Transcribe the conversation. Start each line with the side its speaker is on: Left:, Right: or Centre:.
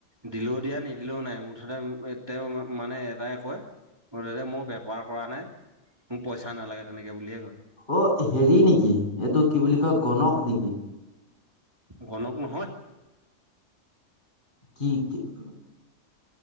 Right: দিলেও দিয়া নিদিলেও নাই মুঠতে তেওঁ মানে এটাই কয় মুঠতে মই বেপাৰ কৰা নাই মোৰ পইচা নালাগে তেনেকে বুলিয়ে কয়
Left: অ হেৰি নেকি এইটো কি বুলি কয় কনক নেকি
Right: গণক নহয়
Left: কি কি উ